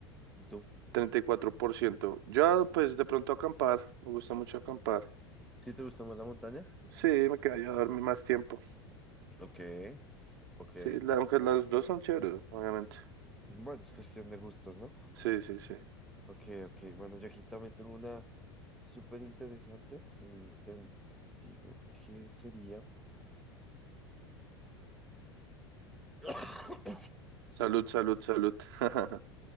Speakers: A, in the centre; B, on the right.
A: ¿Y tú?
B: treinta y cuatro por ciento. Yo, pues, de pronto acampar. Me gusta mucho acampar.
A: ¿Sí te gusta más la montaña?
B: Sí, me quedaría a dormir más tiempo.
A: Ok, ok.
B: Sí, la- aunque las dos son chéveres, obviamente.
A: Bueno, es cuestión de gustos, ¿no?
B: Sí, sí, sí.
A: Ok, ok. Bueno, yo aquí también tengo una súper interesante. Y te digo, ¿qué sería? <coughs>
B: Salud, salud, salud. <laughs>